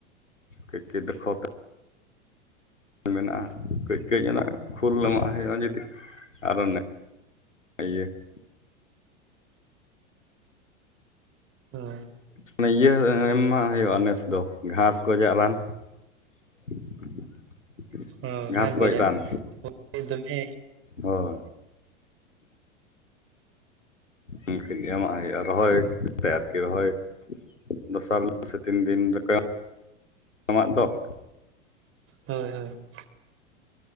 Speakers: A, on the left; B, on the right.
A: ᱠᱟᱹᱡ ᱠᱟᱹᱡ ᱫᱚ ᱠᱷᱚᱛ ᱢᱮᱱᱟᱜᱼᱟ ᱠᱟᱹᱡ ᱠᱟᱹᱡ ᱚᱱᱟ ᱠᱷᱩᱞ
B: ᱦᱩᱸ
A: ᱮᱢᱟᱜ
B: ᱦᱩᱸ
A: ᱦᱩᱭᱩᱜᱼᱟ ᱡᱩᱫᱤ ᱟᱨᱚ <unintelligible>
B: ᱦᱳᱭ
A: ᱦᱟᱱᱮ ᱤᱭᱟᱹ ᱮᱢᱟᱜ ᱦᱩᱭᱩᱜᱼᱟ ᱱᱮᱥ ᱫᱚ ᱜᱷᱟᱸᱥ ᱜᱚᱡᱟᱜ ᱨᱟᱱ ᱾ <inaudible>
B: ᱦᱸ
A: ᱜᱷᱟᱥ
B: ᱜᱷᱟᱸᱥ
A: ᱜᱚᱡ
B: ᱜᱚᱡᱟᱜ
A: ᱨᱟᱱ
B: ᱫᱚᱢᱮ ᱦᱮᱸ
A: ᱦᱳᱭ ᱤᱱᱠᱟᱹᱜ ᱜᱮ ᱮᱢᱟᱜ ᱦᱩᱭᱩᱜᱼᱟ ᱨᱚᱦᱚᱭ ᱠᱟᱛᱮ ᱟᱨᱠᱤ ᱨᱚᱦᱚᱭ ᱫᱚᱥᱟᱨ ᱦᱤᱞᱳᱜ ᱥᱮ ᱛᱤᱱ ᱫᱤᱱ ᱨᱮᱠᱚ ᱡᱚᱢᱟᱜ ᱫᱚ ᱾
B: ᱦᱳᱭ ᱦᱳᱭ ᱾